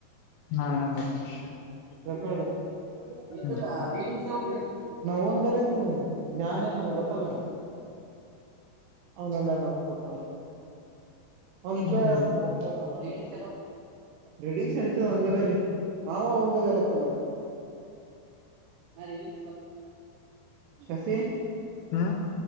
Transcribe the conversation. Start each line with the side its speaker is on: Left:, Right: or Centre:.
Left: ಹಾ <unintelligible>
Right: <unintelligible>
Left: ಹ್ಮ್
Right: ನವಂದ ಬರತ್ ನೀ <unintelligible> ನನ್ ಗೊತ್ತಲ್ಲ ನೀ ಅವನಲ್ಲ ನೋಡ್ಕಟ ಅವನಿ
Left: ಹ್ಮ್
Right: ಕೇಳ ಹೇಳ್ತೀನಿ ಬುಕ್ ಮಾಡ್ಬಿಟು ರೀಡಿಂಗ್ಸ್ ನಡಿತದೆ ಒಂದೇ ಬೇರೆ ಹ ಒಂದೇ ಬೇರೆ ಐತ ರೀಡಿಂಗ್ ಶಸಿ
Left: ಹ್ಮ